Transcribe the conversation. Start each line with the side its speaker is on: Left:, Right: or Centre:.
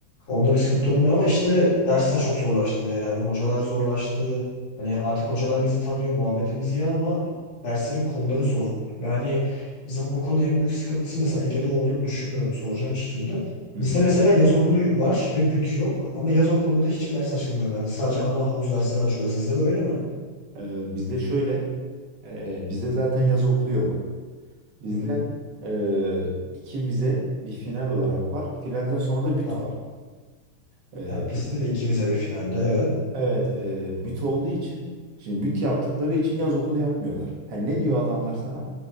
Left: onda bir sıkıntı olmuyor ama işte dersler çok zorlaştı. Yani hocalar zorlaştı. Hani artık hocalar bizi tanıyor, muhabbetimiz iyi ama derslerin konuları zor. Yani Bizim okulun en büyük sıkıntısı mesela Ege'de olduğunu düşünmüyorum. Soracağım şimdi.
Right: Hı
Left: Bizde
Right: hı.
Left: mesela yaz okulu var ve büt yok. Ama yaz okulunda da hiçbir ders açılmıyor. Yani sadece ana havuz dersleri açılıyor. Sizde de öyle mi?
Right: Ee, bizde şöyle, e, bizde zaten yaz okulu yok. Bizde
Left: Hı hı.
Right: e, iki vize bir final olarak var. Finalden sonra da büt
Left: Tamam.
Right: var. E,
Left: Ya bizde de ikimize bir finalde. Evet.
Right: Evet, e, büt olduğu için şimdi büt yaptıkları için yaz okulu yapmıyorlar. Ha, ne diyor adamlar sana?